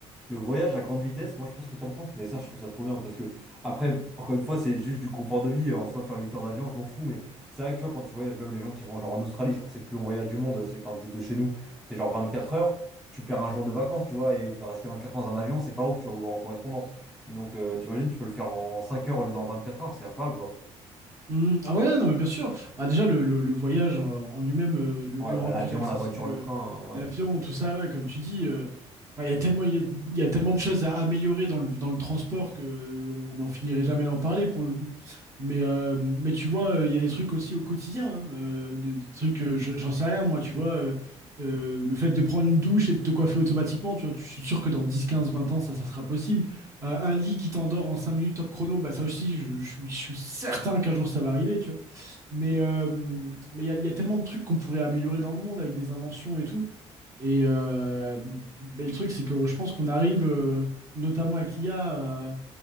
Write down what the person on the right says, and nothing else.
Hmm, ah ouais, non, mais bien sûr. Bah, déjà, le, le- le voyage euh, en lui-même, euh, le,
le
rendre
plus accessible,
euh,
l'avion, tout ça, ouais, comme tu dis, euh, enfin, il y a tellement, il y a, il y a tellement de choses à améliorer dans le, dans le transport que euh, on n'en finirait jamais d'en parler pour le coup. Mais, euh, mais tu vois, euh, il y a des trucs aussi au quotidien, hein, euh, de- des trucs, euh, je- j'en sais rien, moi, tu vois, euh, euh, le fait de prendre une douche et de te coiffer automatiquement, tu vois, je suis sûr que dans 10 15 20 ans, ça, ça sera possible euh, un lit qui t'endort en 5 minutes top chrono, bah ça aussi, je, je suis, je suis certain qu'un jour ça va arriver, tu vois. Mais euh, mais il y, a- y a tellement de trucs qu'on pourrait améliorer dans le monde avec des inventions et tout. Et euh, mais le truc, c'est que je pense qu'on arrive, euh, notamment avec l'IA, à-